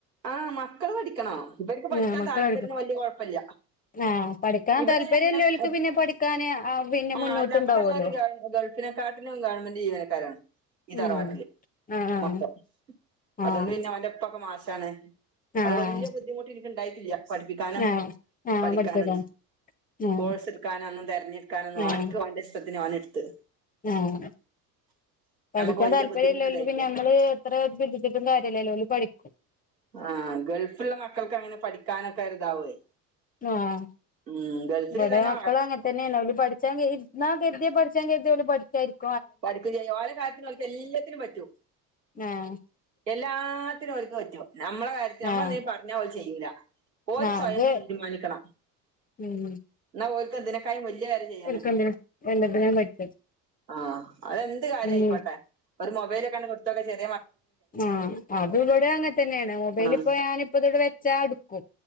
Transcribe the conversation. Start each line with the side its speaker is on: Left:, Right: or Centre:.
Right: ആ മക്കള് പഠിക്കണോ ഇവർക്ക് പഠിക്കാൻ
Left: ആഹ് മക്കള്
Right: താല്പര്യം വല്യ കുഴപ്പല്ല
Left: ആഹ് പഠിക്കാൻ
Right: ഇവിടെ
Left: താല്പര്യല്ലോൽക്ക്
Right: യങ്ങനെ എ
Left: പിന്നെ പഠിക്കാന് പിന്നെ
Right: ആഹ്
Left: മുന്നോട്ടുണ്ടാവുമല്ലോ
Right: അല്ല ഇവിടൊള്ളൊരു ഗ ഗൾഫിനെ കാ പ്പനുംഗവൺമെന്റ് ജീവനക്കാരാണ് ഈ തറവാട്ടില്
Left: ഉം ആഹ്
Right: മൊത്തം
Left: ആഹ്
Right: അതുകൊണ്ട് പിന്നെഒന്റെ ഒപ്പൊക്കെമാഷാണ്.
Left: ആഹ്
Right: അത് വല്യ ബുദ്ധിമുട്ട്എനക്ക് ഇണ്ടായിട്ടില്ലപഠിപ്പിക്കാനോ
Left: ആഹ് ആഹ്
Right: പഠിക്കാനോ
Left: പഠിച്ചേക്കാം ആഹ്
Right: പോഴ്സ്എടുക്കാനൊന്നും തിരഞ്ഞെടുക്കാനാന്നുംഓന്ക്ക്
Left: ആഹ്
Right: ഓന്റെഇഷ്ടത്തിന ഓനെടുത്ത് <unintelligible>
Left: ആഹ് പഠിക്കാൻ
Right: നമുക്ക് വല്യ
Left: താല്പര്യംല്ലോൽക്ക്
Right: ബുദ്ധിമുട്ടുണ്ടായിട്ടില്ല
Left: നമ്മള് എത്ര <unintelligible> കാര്യല്ലല്ലോ ഓല് പഠിക്കും
Right: ആഹ ഗൾഫുള്ളമക്കൾക്ക് അങ്ങനെ പഠിക്കാനൊക്കെഇർതാവുവേ
Left: ആഹ്
Right: ഉം ഗൾഫില്തന്നെ
Left: ഇവിടെ മക്കളും അങ്ങനെ തന്നെയാണ് പഠിച്ചാ ഇർന്ന കരുത്യ പഠിച്ചാ കര്തി പഠിച്ചരിക്ക
Right: പഠിക്കുചെയ്യും ഓല കാര്ത്തിനും ഓലക്ക് എല്ലാത്തിനും പറ്റും
Left: ആഹ്
Right: എല്ലാത്തിനും ഒരുക്ക് പറ്റും, നമ്മളെ കാര്യത്തി നമ്മളെന്തേലും
Left: ആഹ്
Right: പറഞ്ഞ ഓല് ചെയ്യൂല. ഓൽ
Left: ആഹ്
Right: സ്വയം
Left: അത്
Right: തീരുമാനിക്കണം
Left: ഉം
Right: എന്നാൽ ഓൽക്ക് എന്തിനേക്കായും വലിയ എ ചെയ്യാനറിയ
Left: ഓൽക്കെന്തിനും എല്ലാത്തിനും പറ്റും
Right: ആഹ അതെന്ത് കാര്യായിക്കോട്ടെ
Left: ഉം
Right: ഒരു മൊബൈലൊക്കെയങ്ങട് കൊടുത്തൊക്കെ ചെയ്
Left: ആഹ അത് ഇവിടെഅങ്ങനെ തന്നെയാണ് മൊബൈൽഇപ്പഞാനിപ്പോ
Right: ആഹ്
Left: ഇതടെവെച്ചാഎടുക്കും